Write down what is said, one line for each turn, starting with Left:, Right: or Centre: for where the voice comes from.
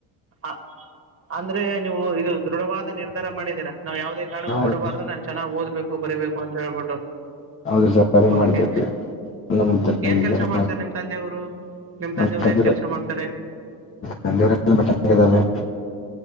Right: ಹ ಅಂದ್ರೆ ನೀವು ಇದು ದೃಢವಾದ ನಿರ್ಧಾರ ಮಾಡಿದೀರಾ ನಾವ್ ಯಾವವುದ ಕಾರಕ್ಕೂ
Left: ಹಾಂ
Right: ಬಿಡಬಾರ್ದು
Left: ರೀ
Right: ನಾ ಚನ್ನಾಗಿ ಓದ್ಬೇಕ ಬರಬೇಕು ಪಂಚಾಯ ಬಟ್ಟ
Left: ಹೌದು ರೀ ಸರ್ ಅದೇ ಮಾಡಿದ್ದೇವೆ
Right: ಕೆ
Left: ನಮಗೆ ತಲೆಗಿದ್ದಾರೆ
Right: ಏನ್ ಕೆಲಸ ಮಾಡ್ತಾರೆ ನಿಮ್ ತಂದೆಯವರು ಹೋ ನಿಮ್
Left: ನಮ್ಮ
Right: ತಂದೆಯವರು
Left: ತಂದೆ
Right: ಏನ್ ಕೆಲಸ ಮಾಡ್ತಾರೆ
Left: ತಂದೆಯವರೆಲ್ಲ ಮೆಕ್ಯಾನಿಕ್ ಇದ್ದಾರೆ